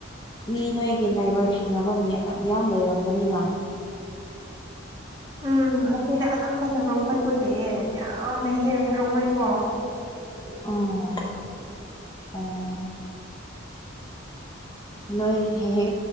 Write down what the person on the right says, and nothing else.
ꯎꯝ ꯑꯩꯈꯣꯏꯗ ꯑꯅꯝꯕꯅ ꯔꯣꯡꯃꯩ ꯈꯣꯏ ꯂꯩꯑꯦ ꯌꯥꯝꯂꯩꯍꯦ ꯔꯣꯡꯃꯩꯀꯣ